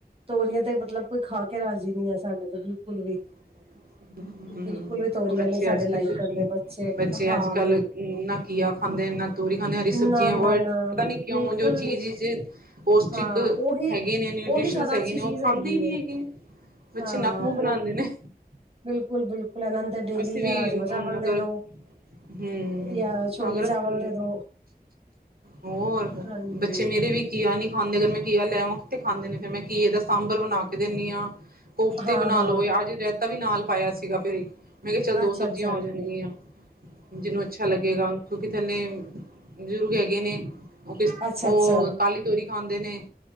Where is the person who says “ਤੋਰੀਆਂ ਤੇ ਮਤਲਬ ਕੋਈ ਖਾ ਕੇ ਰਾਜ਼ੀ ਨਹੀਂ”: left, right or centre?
Right